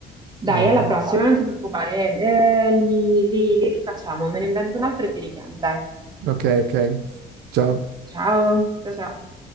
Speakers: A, on the right; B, on the right.
A: Dai,
B: Va bene.
A: alla prossima, non ti preoccupare, eh, li, li li rifacciamo, me ne invento un altro e ti richiamo. Dai,
B: Ok, ok. Ciao.
A: ciao, ciao ciao.